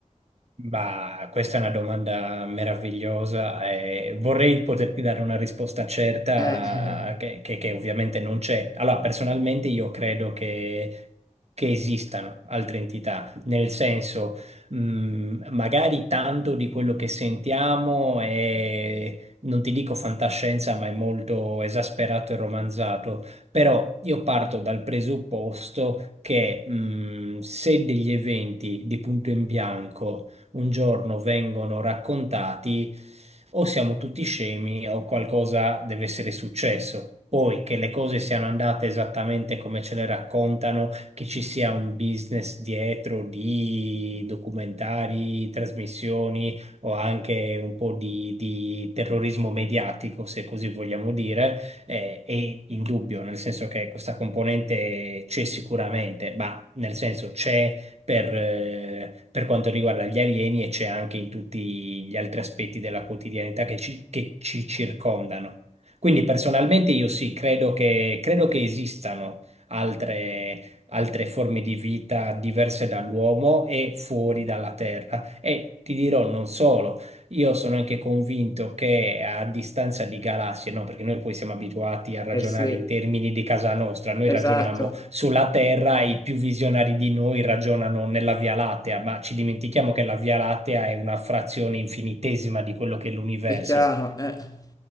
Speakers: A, on the right; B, on the left.
A: Ma questa è una domanda meravigliosa e vorrei poterti dare una risposta certa
B: Eh,
A: che, che- che ovviamente non c'è. Allora, personalmente io credo che, che esistano altre entità, nel senso, mh, magari tanto di quello che sentiamo è, non ti dico fantascienza, ma è molto esasperato e romanzato, però io parto dal presupposto che mh, se degli eventi di punto in bianco un giorno vengono raccontati, o siamo tutti scemi o qualcosa deve essere successo. Poi che le cose siano andate esattamente come ce le raccontano, che ci sia un business dietro di documentari, trasmissioni o anche un po' di, di terrorismo mediatico, se così vogliamo dire, eh, è indubbio, nel senso che questa componente c'è sicuramente, ma nel senso c'è per, eh, per quanto riguarda gli alieni e c'è anche in tutti gli altri aspetti della quotidianità che ci, che ci circondano. Quindi personalmente io sì, credo che, credo che esistano altre, altre forme di vita diverse dall'uomo e fuori dalla Terra. E ti dirò non solo. Io sono anche convinto che a distanza di galassie, no, perché noi poi siamo abituati a ragionare
B: Eh sì,
A: in termini di casa nostra, noi ragioniamo
B: esatto,
A: sulla Terra, i più visionari di noi ragionano nella Via Lattea, ma ci dimentichiamo che la Via Lattea è una frazione infinitesima di quello che è l'universo.
B: è chiaro. eh.